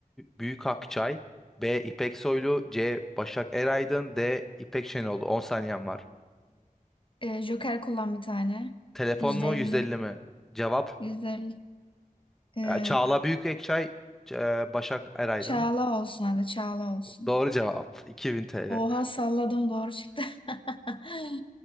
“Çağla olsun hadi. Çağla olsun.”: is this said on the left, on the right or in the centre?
Left